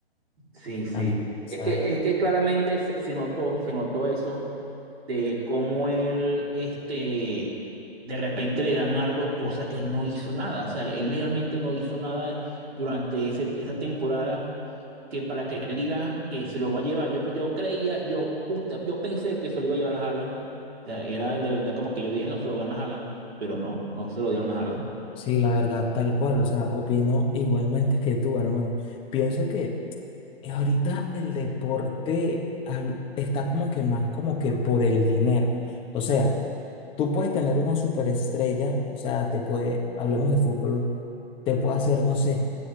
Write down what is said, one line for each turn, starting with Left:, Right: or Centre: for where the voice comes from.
Right: Sí, sí.
Left: a mi pensar.
Right: Es que, es que claramente se, se notó, se notó eso de cómo él, este, de repente le dan algo, cosa que él no hizo nada. O sea, él legalmente no hizo nada durante ese- esa temporada que para que él diga que se lo va a llevar. Yo, yo creía, yo justa- yo pensé que se lo iba a llevar a Haaland. O sea, era de verdad como que yo dije, no se lo gana a Haaland, pero no, no se lo dieron a Haaland.
Left: Sí, la verdad, tal cual, o sea, opino igualmente que tú, hermano. Pienso que eh, ahorita el deporte hab- está como que más como que por el dinero. O sea, Tú puedes tener una superestrella, o sea, te puede, hablemos de fútbol, te puede hacer, no sé,